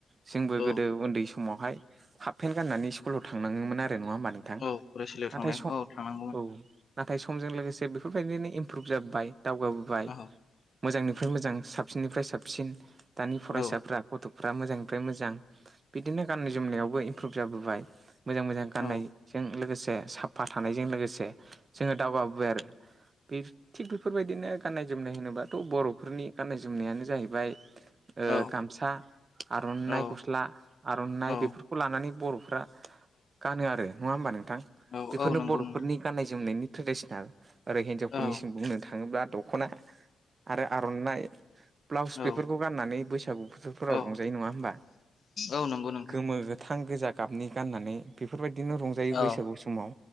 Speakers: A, on the right (about 50°); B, on the left (about 55°).
A: जोंबो
B: औ
A: गोदो उन्दै समावहाय हाफपेन्ट गाननानै स्कुलाव थांनाङोमोन आरो नङा होमबा नोंथां
B: औ फरायसालियाव
A: नाथाय
B: थांनाय
A: सम
B: औ थांनांगौमोन
A: औ नाथाय समजों लोगोसे बेफोरबायदिनो इमप्रुभ जाबोबाय दावगाबो फ्राय
B: औ
A: मोजांनिफ्राय मोजां साबसिननिफ्राय साबसिन दानि फरायसाफ्रा
B: औ
A: गथ'फ्रा मोजांनिफ्राय मोजां बिदिनो गाननाय जोमनायावबो इमप्रुभ जाबोबाय मोजां मोजां गाननायजों
B: औ
A: लोगोसे साफा थानायजों लोगोसे जोङो दावगाबोबाय आरो बे थिग बेफोरबायदिनो गाननाय जोमनाय होनोबाथ' बर'फोरनि गाननाय जोमनायानो जाहैबाय ओ
B: औ
A: गामसा आर'नाइ
B: औ
A: गस्ला आर'नाइ
B: औ
A: बेफोरखौ लानानै बर'फ्रा गानो आरो नङा होमबा नोंथां
B: औ
A: बेफोरनो
B: औ नंगौ
A: बर'फोरनि
B: नोंथां
A: गाननाय जोमनायनि ट्रेडिसनेल आरो हिनजावफोरनिसिम
B: औ
A: बुंनो थाङोब्ला द ख'ना आरो आर'नाइ ब्लाउस
B: औ
A: बेफोरखौ गाननानै बैसागु बोथोरफोराव
B: औ
A: रंजायो
B: औ
A: नङा होमबा
B: औ नंगौ नोंथां
A: गोमो गोथां गोजा गाबनि गाननानै बेफोरबायदिनो रंजायो
B: औ
A: बैसागु समाव